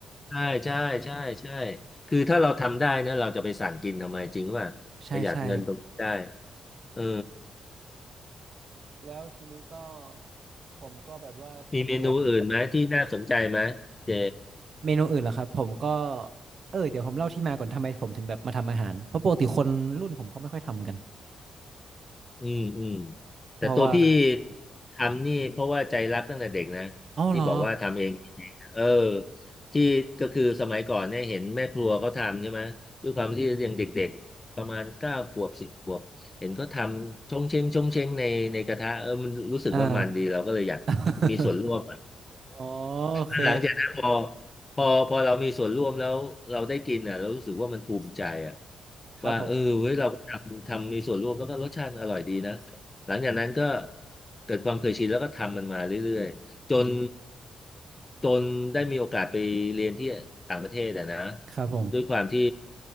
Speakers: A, on the left; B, on the right.
A: ใช่ใช่ใช่ใช่คือถ้าเราทำได้นะเราจะไปสั่งกินทำไมจริงว่าประหยัดเงินตรงนี้ได้
B: ใช่ใช่
A: เออ
B: แล้วทีนี้ก็ผมก็แบบว่าเปลี่ยน
A: มีเมนูอื่นไหมที่น่าสนใจไหมเจ
B: เมนูอื่นเหรอครับผมก็เออเดี๋ยวผมเล่าที่มาก่อนทำไมผมถึงแบบมาทำอาหารเพราะปกติคนรุ่นผมเขาไม่ค่อยทำกัน
A: อืมอืมแต่ตัวพี่
B: เพราะว่า
A: ทำนี่เพราะว่าใจรักตั้งแต่เด็กนะ
B: อ๋อเหรอ
A: ที่บอกว่าทำเองเออที่ก็คือสมัยก่อนเนี่ยเห็นแม่ครัวเขาทำใช่ไหมด้วยความที่ยังเด็กๆประมาณเก้าขวบสิบขวบเห็นเขาทำชงเชงชงเชงในในกระทะเออมันรู้สึกว่ามันดีเราก็เลยอยาก
B: ครับผมเออ <laughs>
A: มีส่วนร่วมอะ
B: อ๋อโอเค
A: <laughs> หลังจากนั้นพอ พอพอเรามีส่วนร่วมแล้วเราได้กินอ่ะเรารู้สึกว่ามันภูมิใจอ่ะ
B: ครับผม
A: ว่าเออเว้ยเราก็ทำทำมีส่วนร่วมแล้วก็รสชาติอร่อยดีนะหลังจากนั้นก็เกิดความเคยชินแล้วก็ทำมันมาเรื่อยๆจนจนได้มีโอกาสไปเรียนที่ต่างประเทศอ่ะนะ
B: ครับผม
A: ด้วยความที่